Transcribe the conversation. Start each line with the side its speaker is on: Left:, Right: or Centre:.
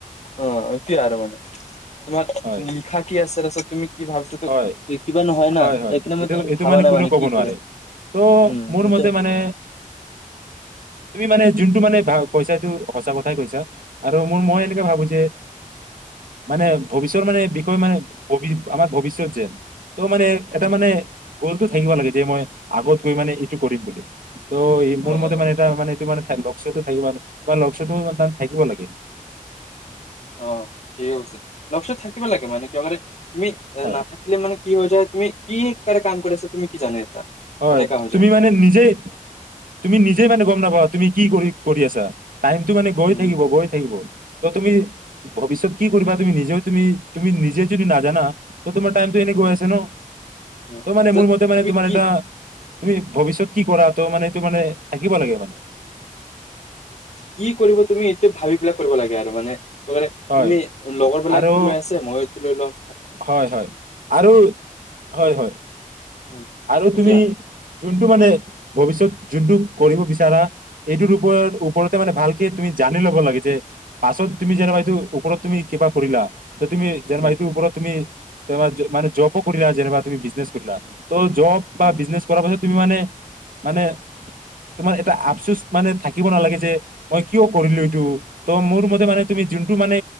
Left: অহ এতিয়া আৰু মানে তোমাৰ
Right: হয়
Left: লিখা কি আছে তাৰ পিছত তুমি কি ভাবিছা ত
Right: হয়
Left: কিবা নহয়
Right: হয়
Left: না
Right: হয়
Left: সেইকাৰণে মই
Right: এইটো
Left: এতিয়ালৈকে
Right: এইটো
Left: ভাবা
Right: মানে
Left: নাই
Right: কোনে ক'ব
Left: কি
Right: নোৱাৰে
Left: কৰিম
Right: তহ
Left: উম
Right: মোৰ
Left: সেইটোৱে
Right: মতে মানে তুমি মানে যোনটো মানে ভাল কৈছা এইটো সঁচা কথাই কৈছা আৰু মোৰ মই এনেকে ভাবো যে মানে ভৱিষ্যৰ মানে বিষয় মানে ভ আমাৰ ভৱিষ্যত যেন তহ মানে এটা
Left: উম
Right: মানে গলটো থাকিব লাগে যে মই আগত গৈ মানে এইটো কৰিম বুলি তহ
Left: অ
Right: মোৰ মতে
Left: অ
Right: মানে এটা মানে এইটো মানে থাই লগ লক্ষ্যটো থাকে মানুহ বা লক্ষ্যটো থাকিব লাগে
Left: অহ ঠিকে কৈছে, লক্ষ্য থাকিব লাগে মানে কিয় মানে তুমি
Right: হয়
Left: নাথাকিলে মানে কি হৈ যায় তুমি কি কাৰনে কাম কৰি আছা তুমি কি জানে এটা
Right: হয়
Left: এনেকা হৈ
Right: তুমি
Left: যায়
Right: মানে নিজেই তুমি নিজে মানে গম নাপাবা তুমি কি কৰি কৰি আছা টাইমটো মানে গৈ
Left: উম
Right: থাকিব গৈ থাকিব তহ তুমি ভৱিষ্যত কি কৰিবা তুমি নিজেও তুমি তুমি নিজে যদি নাজানা তহ তোমাৰ টাইমটো এনে
Left: উম
Right: হৈ আছে নহ
Left: অ তাৰপিছত
Right: তহ মানে মোৰ মতে মানে
Left: তুমি
Right: তোমাৰ
Left: কি
Right: এটা তুমি ভৱিষ্যত কি কৰাটো মানে সেইটো মানে থাকিব লাগে মানে
Left: কি কৰিব তুমি এইটো ভাবি পেলা কৰিব লাগে আৰু মানে তুমি
Right: হয়
Left: লগৰবিলাকটো
Right: আৰু
Left: লৈ আছে মই লৈ ল
Right: হয় হয় আৰু হয় হয়
Left: উম
Right: আৰু
Left: সেইটোৱে
Right: তুমি যোনটো মানে ভৱিষ্যত যোনটো কৰিব বিচাৰা এইটোৰ ওপৰত ওপৰতে মানে ভালকে তুমি জানি লব লাগে যে পাছত তুমি যেনিবা এইটো ওপৰত তুমি কিবা কৰিলা। যে তুমি যেনিবা
Left: উম,
Right: উপৰত তুমি, চাবা মানে, জবো কৰিলা যেনিবা তুমি বিজনেছ কৰিলা, ত' জব
Left: উম,
Right: বা বিজনেছ কৰাৰ পাছত, তুমি মানে, মানে তোমাৰ এটা আফচোচ মানে থাকিব নালাগে যে, মই কিয় কৰিলো এইটো, ত 'মোৰ মতে মানে তুমি যোনটো মানে